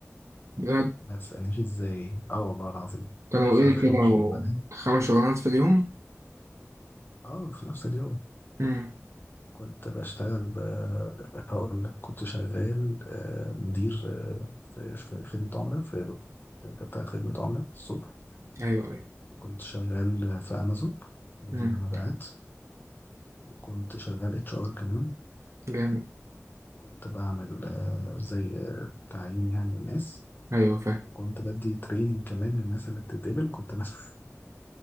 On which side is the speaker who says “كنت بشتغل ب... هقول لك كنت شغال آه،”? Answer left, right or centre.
Left